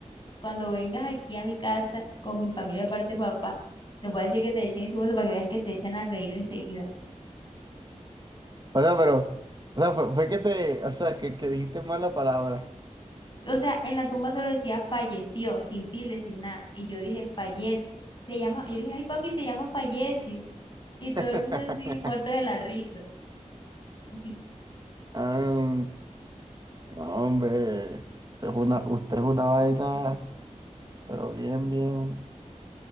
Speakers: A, on the left; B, on the right.
A: cuando vengas aquí a mi casa con mi familia, aparte de papá, les voy a decir que te echen ese hueso para que veas que se echan a reír enseguida.
B: O sea, pero, o sea, fue, fue que te, o sea, que, que dijiste mal la palabra.
A: o sea, en la tumba solo decía falleció, sin tilde, sin nada. Y yo dije, falleció. Se llama, yo le dije, ay papi, se llama falleció. Y todo
B: <laughs>
A: el mundo así muerto de la risa. <laughs>
B: Ah, hombre, usted
A: Y
B: es una,
A: ya,
B: usted es una vaina, pero bien, bien,